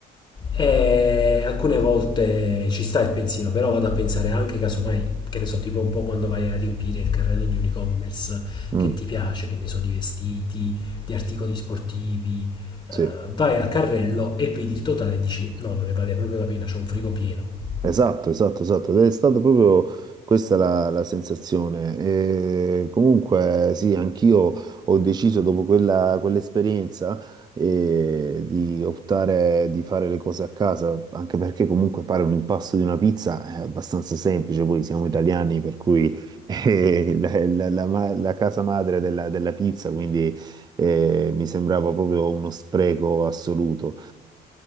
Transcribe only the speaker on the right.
Mm,
sì.
Esatto, esatto, esatto. Ed è stata proprio questa la, la sensazione. E comunque, sì, anch'io ho deciso dopo quella, quell'esperienza eh, di optare di fare le cose a casa, anche perché comunque fare un impasto di una pizza è abbastanza semplice. Poi siamo italiani, per cui <laughs> è la, la- la ma- la casa madre della, della pizza, quindi eh, mi sembrava proprio uno spreco assoluto.